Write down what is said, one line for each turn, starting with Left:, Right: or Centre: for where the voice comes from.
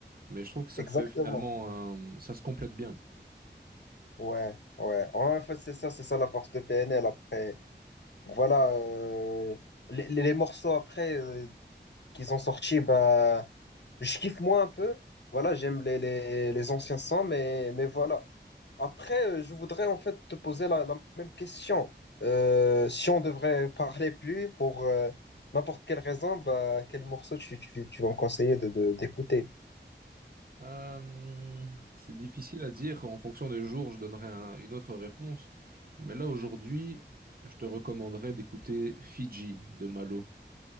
Right: Mais je trouve que ça
Left: exactement.
Right: fait finalement un- ça se complète bien.
Left: Ouais, ouais. Ouais, En fait, c'est ça, c'est ça la force de PNL. Après, voilà, euh, les, les- les morceaux après euh, qu'ils ont sortis, bah, Je kiffe moi un peu. Voilà, j'aime les, les, les anciens sons, mais, mais voilà. Après, euh, je voudrais en fait te poser la, la même question. Euh, si on devrait parler plus pour euh, n'importe quelle raison, bah, quel morceau tu, tu, tu vas me conseiller de, de- d'écouter?
Right: Euh, c'est difficile à dire. En fonction des jours, je donnerai un- une autre réponse. Mais là, aujourd'hui, je te recommanderais d'écouter Fiji de Malo.